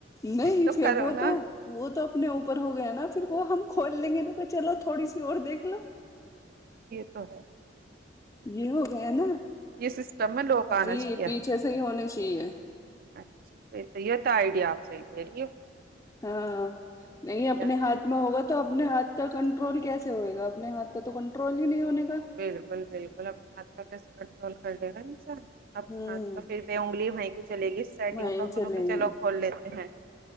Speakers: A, on the left; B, on the right.
A: نہیں
B: تو
A: پھر
B: کرو
A: وہ
B: نا
A: تو وہ تو اپنے اوپر ہو گیا نا پھر وہ ہم کھول لیں گے ن کہ چلو تھوڑی سی اور دیکھ لو
B: ہ <inaudible>
A: یہ ہو گیا نا
B: یہ سسٹم میں لوگ آنا
A: جی
B: چاہیے
A: پیچھے سے ہی ہونے چاہیے
B: اچھا تو یہ تو آئیڈیا آپ صحیح دے رہی ہو
A: ہاں نہیں
B: صحیح
A: اپنے
B: ہے
A: ہاتھ میں ہوگا اپنے ہاتھ کا کنٹرول کیسے ہوئے گا اپنے ہاتھ کا تو کنٹرول ہی نہیں ہونے کا
B: بالکل بالکل اپنے ہاتھ کا کیسے کنٹرول کر لے گا ن سب اپنے
A: ہوں
B: ہاتھ تو پھر ب اگلیھ چلے گی سیٹنگ
A: وہیں
B: کا انونوں
A: چلیں
B: کے
A: گے
B: چلو کھول لیتے ہیں